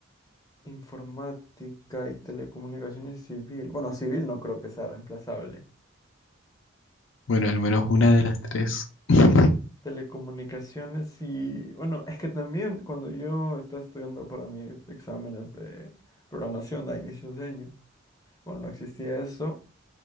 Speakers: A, on the left; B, on the left.
A: informática y telecomunicaciones civil. Bueno, civil no creo que sea reemplazable.
B: Bueno, al menos una de las tres. <laughs>
A: Telecomunicaciones y... Bueno, es que también cuando yo estaba estudiando para mis exámenes de programación a inicios de año, bueno, no existía eso,